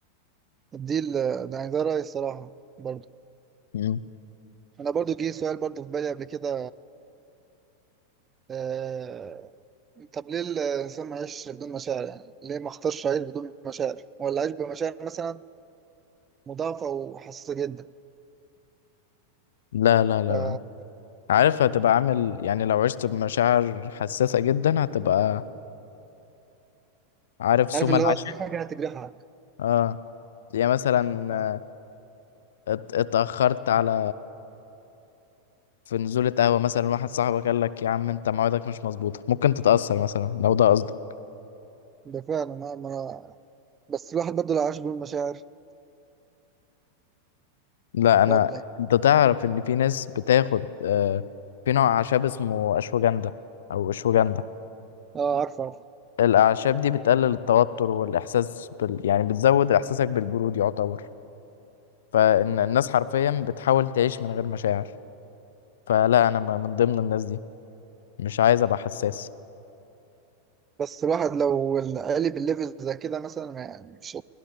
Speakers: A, on the right; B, on the left.
A: الديل ده يعني ده رايي الصراحه برضو
B: مم.
A: انا برضو جه سؤال برضو في بالي قبل كده آه، طب ليه الإنسان ما يعيش بدون مشاعر يعني؟ ليه ما اختارش عيش بدون مشاعر؟ ولا عيش بمشاعر مثلا مضاعفة وحساسة جدا،
B: لا لا لا
A: فعارف
B: لا عارف هتبقى عامل يعني لو عشت بمشاعر حساسة جدا هتبقى عارف سوما
A: اللي
B: العاشر
A: هو أي حاجة هتجرحك.
B: اه يعني مثلا
A: آه.
B: آه، ات- اتأخرت على في نزولة قهوة مثلا واحد صاحبك قال لك يا عم انت موعدك مش مظبوطة ممكن تتأثر مثلا لو ده قصدك
A: ده فعلا أنا ما أنا بس الواحد برضه لو عاش بالمشاعر
B: لا انا
A: برضه يعني
B: انت تعرف ان في ناس بتاخد آه، في نوع اعشاب اسمه اشوجندا او اشوجندا
A: اه عارفه عارفه
B: الاعشاب دي بتقلل التوتر والاحساس بال... يعني بتزود احساسك بالبرود يعتبر فان الناس حرفيا بتحاول تعيش من غير مشاعر فلا انا م- من ضمن الناس دي مش عايز ابقى حساس
A: بس الواحد لو قالب الليفل زي كده مثلا ما يعني مش